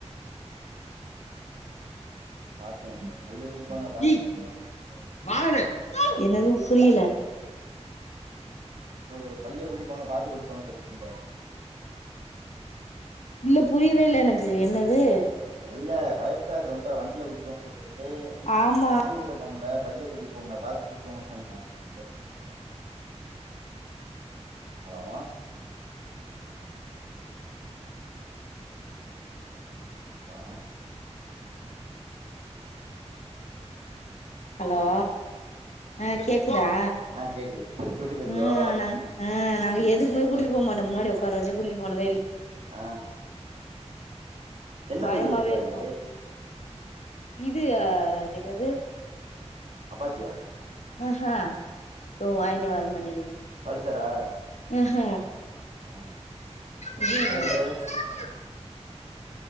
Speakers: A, on the right (about 70°); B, on the left (about 75°).
A: பாத்தே பைய கூட்டிப்பொங்க பாத்து
B: ஏய்
A: கூட்டிபோங்கன் சொல்லிகிட்ருந்தாரு
B: வாடா என்னது புரியல
A: <unintelligible> பைய கூட்டி போங்க பாத்தி கூட்டி போங்கன் சொல்லிகிட்ருந்தாரு
B: இல்ல புரியவே இல்ல எனக்கு என்ன து
A: இல்ல பயப்டார் ரொம்ப வண்டில கூட்டி போம்போ து
B: ஆமா
A: பஸ் ஏத்தி விடப் போம்ல பைய கூட்டி போங்க பாத்து கூட்டு போங்க <unintelligible> ஹலோ ஹலோ
B: ஹலோ ஆ கேக்குதா
A: ஆ கேக்குது விட்டு விட்டு கேக்குதோ
B: ம் நங் அ நாங்க எதுக்குமே கூட்டிட்டு போ மாட்டொ முன்னாடி ஒக்கார வச்சு கூட்டிட்டு போனதே இல்
A: ஆ என்ன
B: பயமாவே
A: பைக்கு வச்சுருக்காரு
B: இருக்கு இது அ அதென்னது
A: அப்பாச்சியா
B: அஹா தொ வாய்ல வரமாட்டேங்குது
A: பல்சரா
B: அஹ
A: ஆ
B: இது
A: ஸ்ப்ளெண்ட்ரு